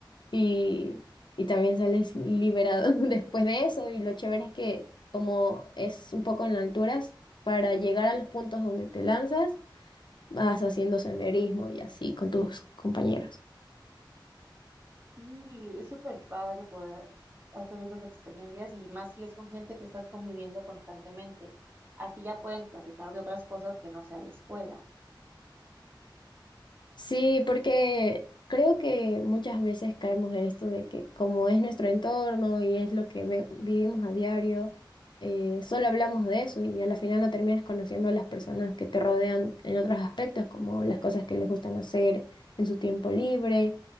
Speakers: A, on the left; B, on the right.
A: y, y también sales liberado <laughs> después de eso. Y lo chévere es que, como es un poco en alturas, para llegar a los puntos donde te lanzas, vas haciendo senderismo y así con tus compañeros.
B: Sí, es súper padre poder hacer esas experiencias y más si es con gente que estás conviviendo constantemente. Así ya pueden platicar de otras cosas que no sea la escuela.
A: Sí, porque creo que muchas veces caemos en esto de que como es nuestro entorno y es lo que ve- vivimos a diario, eh, solo hablamos de eso y a la final no terminas conociendo a las personas que te rodean en otros aspectos, como las cosas que les gustan hacer en su tiempo libre